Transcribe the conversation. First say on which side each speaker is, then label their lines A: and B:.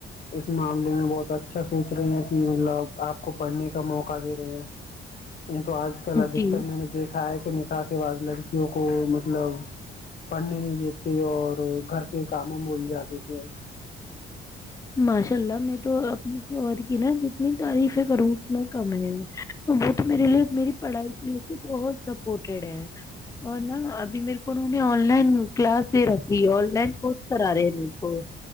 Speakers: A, on the left; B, on the left.
A: اس معاملے میں بہت اچھا سوچ رہے ہیں کہ مطلب آپ کو پڑھنے کا موقع دے رہے ہیں نہیں تو آج کل ادکتر
B: جی
A: میں نے دیکھا ہے کہ کے بعد لڑکیوں کو مطلب پڑھنے نہیں دیتے اور گھر کے کاموں میںول جا دیتے
B: ماشاء اللہ میں تو اپنی ست کی نا جتنی تعریف ہے کروں اتنا کم ہے وہ تو میرے لیے میری پڑھائی کے لے کے بہت سپورٹیڈ ہے اور نا ابھی میرے کو نے آن لائن کلاس د رکھی آن لائن کورس کرا رہے ہیں ان کو